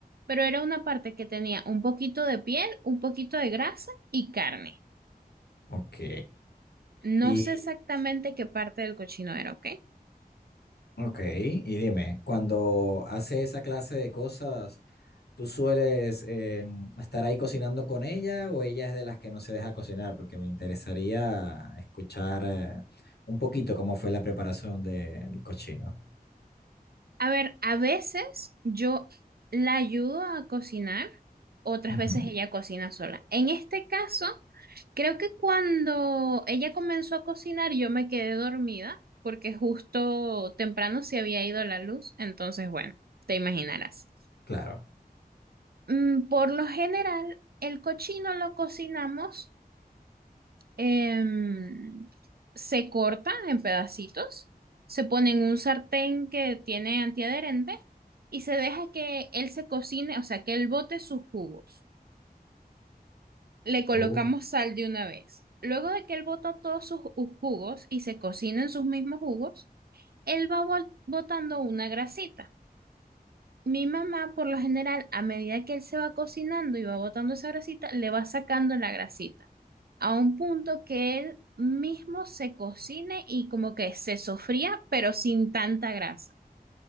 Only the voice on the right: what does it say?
pero era una parte que tenía un poquito de piel, un poquito de grasa y carne.
No sé exactamente qué parte del cochino era, ¿ok?
A ver, a veces yo la ayudo a cocinar, otras
veces ella cocina sola. En este caso, creo que cuando ella comenzó a cocinar, yo me quedé dormida porque justo temprano se había ido la luz, entonces bueno, te imaginarás.
Mm, Por lo general, el cochino lo cocinamos, em, se corta en pedacitos, se pone en un sartén que tiene antiadherente y se deja que él se cocine, o sea, que él bote sus jugos. Le colocamos
sal de una vez. Luego de que él bota todos sus ju- jugos y se cocinen sus mismos jugos, él va bol- botando una grasita. Mi mamá, por lo general, a medida que él se va cocinando y va botando esa grasita, le va sacando la grasita a un punto que él mismo se cocine y como que se sofría, pero sin tanta grasa.